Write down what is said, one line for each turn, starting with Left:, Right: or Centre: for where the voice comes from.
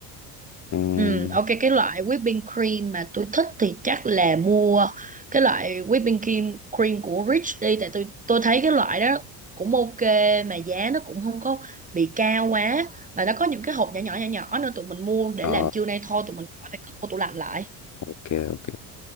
Left: Ừm,
Right: Ừ, ok cái loại whipping cream mà tôi thích thì chắc là mua cái loại whipping cream cream của Rich đi tại tôi tôi thấy cái loại đó cũng ok mà giá nó cũng không có bị cao quá và nó có những cái hộp nhỏ nhỏ nhỏ nhỏ nữa tụi mình mua để
Left: ờ,
Right: làm trưa nay thôi tụi mình khỏi phải cất vô tủ lạnh lại.
Left: ok ok